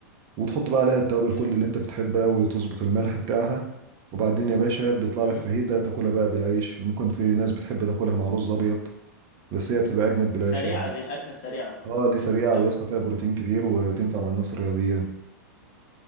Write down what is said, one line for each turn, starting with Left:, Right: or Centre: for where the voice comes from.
Right: وتحط بقى عليها التوابل
Left: حلو
Right: كل اللي انت بتحبها وتظبط الملح بتاعها وبعدين يا باشا بيطلع
Left: امم
Right: لك فاهيتا تاكلها بقى بالعيش ممكن في ناس بتحب تاكلها مع رز ابيض بس هي بتبقى اجمد بالعيش
Left: سريعه
Right: يعني
Left: دي الاكله سريعه
Right: اه دي سريعه
Left: جامده
Right: ويا اسطى فيها بروتين كتير وتنفع مع الناس الرياضيين